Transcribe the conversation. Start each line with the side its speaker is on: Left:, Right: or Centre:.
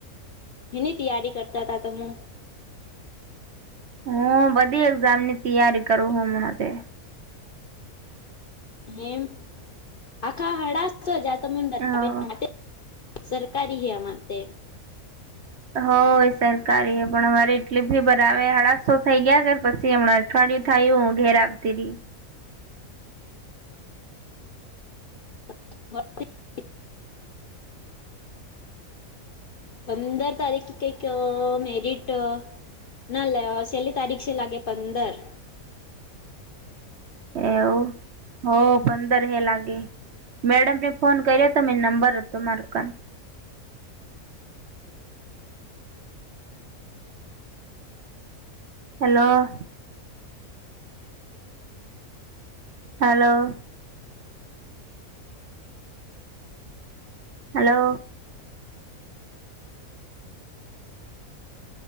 Left: એની તૈયારી કરતા હતા તમે
Right: હા બધી એક્ઝામની તૈયારી કરું હું હમણાં તે
Left: હમ્મ આખા હાડા જ <unintelligible>
Right: હ
Left: સરકારી હે આમા તે
Right: હોય સરકારી હ પણ અમારે એટલી ભી બરાવે હાલાસો થઈ ગયા કે પછી હમણાં ફડી થયું હું ઘેર આવતી રી
Left: <unintelligible> પંદર તારીખ કંઈક મેરિટ અ નલ લેવા છેલ્લી તારીખ છે લાગે પંદર
Right: એવું હ પંદરમી એ લાગે. મેડમ ને ફોન કર્યો હતો એ નંબર હતો મારું કામ હલો. હલો. હલો.